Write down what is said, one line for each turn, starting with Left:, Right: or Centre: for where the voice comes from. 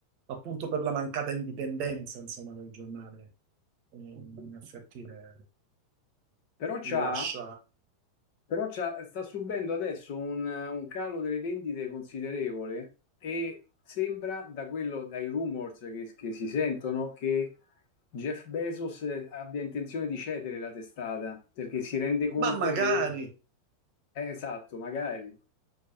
Right: appunto per la mancata indipendenza, insomma, del giornale. Eh, In effetti eh,
Left: Però c'ha,
Right: lascia...
Left: però c'ha- sta subendo adesso un, un calo delle vendite considerevole e sembra, da quello, dai rumors che, che si sentono, che Jeff Bezos abbia intenzione di cedere la testata perché si rende conto
Right: Ma magari...
Left: che, eh, esatto, magari.